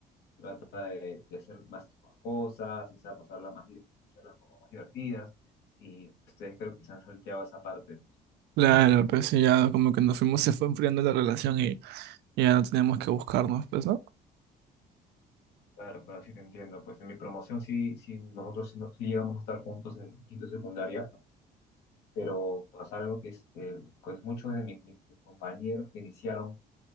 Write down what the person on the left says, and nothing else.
trata de, de hacer más, cosas, o sea, pasarla más, di- hacer las cosas más divertidas, y ustedes creo que se han salteado esa parte, pues.
Claro, pero sí te entiendo, pues en mi promoción sí, sí nosotros sí, nos- sí llegamos a estar juntos en quinto de secundaria, pero pasa algo que este, pues muchos de mi- mi- mis compañeros que iniciaron